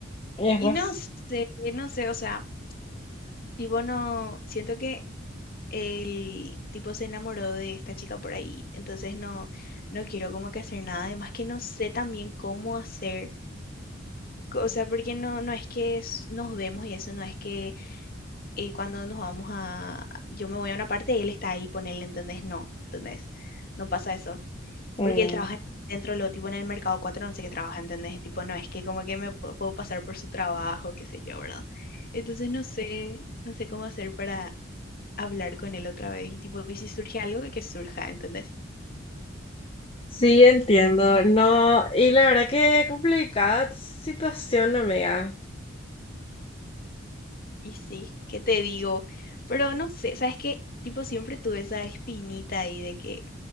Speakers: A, on the left; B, on the left.
A: Y después,
B: Y no sé, no sé, o sea, tipo, no, siento que el tipo se enamoró de esta chica por ahí, entonces no, no quiero como que hacer nada, además que no sé también cómo hacer. O sea, porque no, no es que es- nos vemos y eso, no es que eh, cuando nos vamos a, yo me voy a una parte, él está ahí, ponele, ¿entendés? No, ¿entendés? No pasa eso.
A: mm,
B: Porque él trabaja dentro, lo tipo en el mercado 4, no sé qué trabaja, ¿entendés? Y Tipo, no es que como que me pu- puedo pasar por su trabajo, qué sé yo, ¿verdad? Entonces no sé, no sé cómo hacer para hablar con él otra vez y tipo, y si surge algo, que surja, ¿entendés?
A: Sí, entiendo. No, y la verdad que complicada situación, amiga.
B: Y sí, ¿qué te digo? Pero no sé, ¿sabes qué? Tipo, siempre tuve esa espinita ahí de que